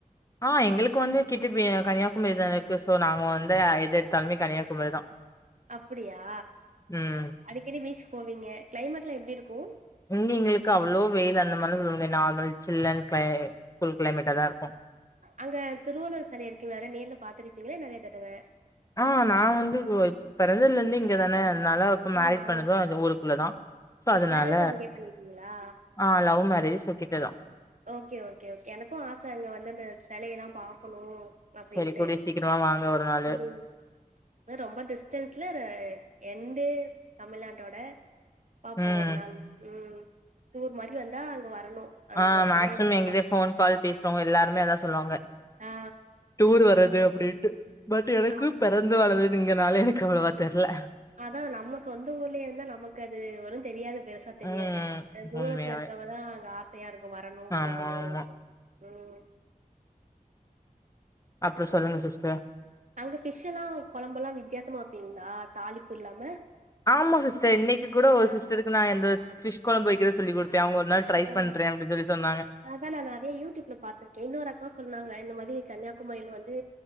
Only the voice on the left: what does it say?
ஆ எங்களுக்கு வந்து கிட்டப்ப கன்னியாகுமாரி தா இருக்கு சோ நாங்க வந்து எது எடுத்தாலுமே கன்னியாகுமாரி தா
ம்
இங்க எங்ளுக்கு அவ்ளோ வெயில் அந்தமார்லா சொல்ல முடியா நார்மல் சில்லன் க்ளை கூல் கிளைமேட்டதா இருக்கு
ஆ நா வந்து பெறந்ததாலெந்தே இங்கதானே அதனால இப்ப மேரிட்
பண்ணது அது ஊருக்குள்ளதா சோ அதனால
ஆ லவ் மேரேஜ் சோ கிட்டதா
சரி கூடிய சீக்கிரமா வாங்க ஒரு நாளு
ம்
ஆ மேக்சிமம்
எங்கிட்ட
ஃபோன் கால் பேஸ்னவங்க எல்லாருமே அதா சொல்லுவாங்க
டூர் வரது அப்படின்ட்டு பட் எனக்கு
பெறந் து வளந்ததுங்கனால எனக்கு அவ்ளோவா தெர்ல
ம்
உண்மையாவே
ஆமா
ஆமா
அப்றோ சொல்லுங்க சிஸ்டர்
ஆமா சிஸ்டர் இன்னைக்கு கூட ஒரு
சிஸ்டருக்கு நா இந்த ஃபிஷ் கொழம்பு வைக்கிற சொல்லி குடுத்த அவுங்க ஒரு நா ட்ரை
பண்றே அப்டி சொல்லி சொன்னாங்க